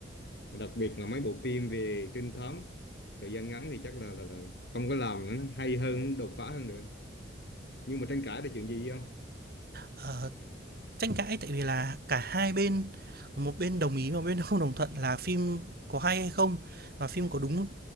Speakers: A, on the left (about 60°); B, on the right (about 55°).
A: Mà đặc biệt là mấy bộ phim về trinh thám thời gian ngắn thì chắc là là, là không có làm nữa, nó hay hơn đột phá hơn được nhưng mà tranh cãi là chuyện gì không
B: Ờ, tranh cãi tại vì là cả hai bên một bên đồng ý và một bên <laughs> không đồng thuận là phim có hay hay không và phim có đúng